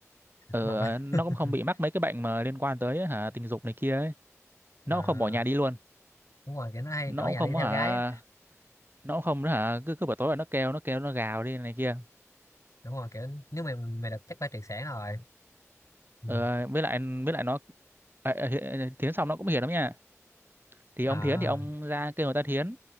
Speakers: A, on the right; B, on the left.
A: Ờ
B: mà phải-
A: nó
B: <laughs>
A: cũng không bị mắc mấy cái bệnh mà liên quan tới hả tình dục này kia ấy. Nó
B: à,
A: cũng không bỏ nhà đi luôn.
B: đúng rồi kiểu nó hay
A: Nó
B: ở
A: cũng
B: nhà
A: không
B: đi theo
A: có hả
B: gái á.
A: nó cũng không hả cứ cứ buổi tối là nó kêu nó kêu nó gào đi này kia.
B: đúng rồi kiểu nếu mày mày được chắc phải triệt sản rồi ừ.
A: Ờ với lại với lại nó Ờ, ờ, Hi- à, thiến xong nó cũng hiền lắm nha thì
B: à
A: ông thiến thì ông ra kêu người ta thiến